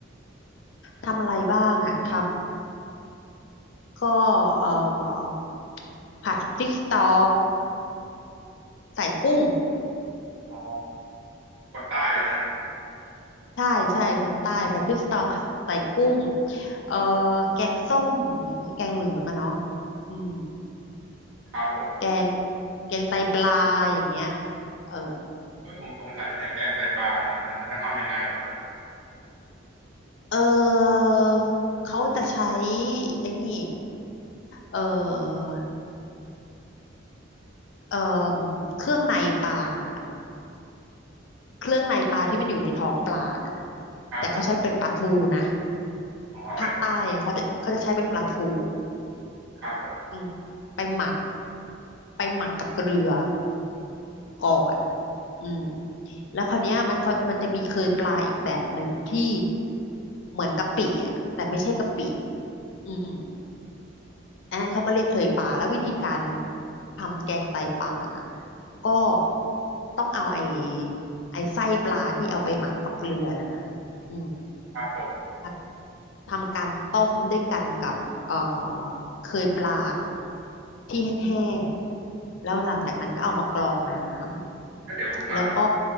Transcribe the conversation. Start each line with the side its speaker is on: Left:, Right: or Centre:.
Left: ทำอะไรบ้างอ่ะทำก็เอ่อผัดพริกสตอใส่กุ้ง
Right: อ๋อคนใต้เลยนะ
Left: ใช่ใช่คนใต้ผัดพริกสตอใส่กุ้งเอ่อแกงส้มอย่างเงี้ยแกงเหลืองอะเนาะอืม
Right: ครับผม
Left: แกงแกงไตปลาอย่างเงี้ยเออ
Right: เออผมสงสัยหน่อยแกงไตปลาเนี่ยมันมันทำยังไงเหรอครับ
Left: เออเขาจะใช้ไอ้นี่เออเออเครื่องในปลาน่ะเครื่องในปลาที่มันอยู่ในท้องปลาน่ะ
Right: ครับผม
Left: แต่เขาใช้เป็นปลาทูนะ
Right: อ๋อมัน
Left: ภาคใต้เขาจะเขาจะใช้เป็นปลาทู
Right: ครับผม
Left: อืมไปหมักไปหมักกับเกลือ ก่อนอืมแล้วคราวเนี้ยมันเขามันจะมีเคยปลาอีกแบบหนึ่งที่เหมือนกะปิอ่ะแต่ไม่ใช่กะปิอืมอันนั้นเขาก็เรียกเคยปลาแล้ววิธีการทำแกงไตปลาน่ะก็ต้องเอาไอ้ไอ้ไส้ปลาที่เอาไปหมักกับเกลือน่ะนะอืม
Right: ครับผม
Left: มาทำการต้มด้วยกันกับเอ่อเคยปลาที่แห้งๆ แล้วหลังจากนั้นก็เอามากรองน้ำแล้วก็
Right: ก็เดี๋ยวผมถาม